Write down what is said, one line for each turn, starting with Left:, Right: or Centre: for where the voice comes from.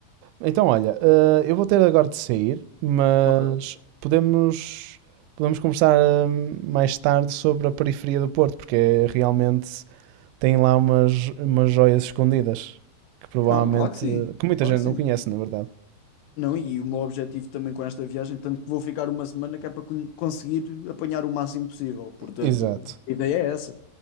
Right: Então, olha, eh, eu vou ter agora de sair, mas
Left: Ok.
Right: podemos, podemos conversar hum, mais tarde sobre a periferia do Porto, porque é, realmente tem lá umas, umas joias escondidas que provavelmente,
Left: Não, claro que sim,
Right: eh, que muita
Left: claro
Right: gente
Left: que sim.
Right: não conhece, na verdade.
Left: Não, e o meu objetivo também com esta viagem, tanto que vou ficar uma semana, que é para con- conseguir apanhar o máximo possível. Portanto,
Right: Exato.
Left: a ideia é essa.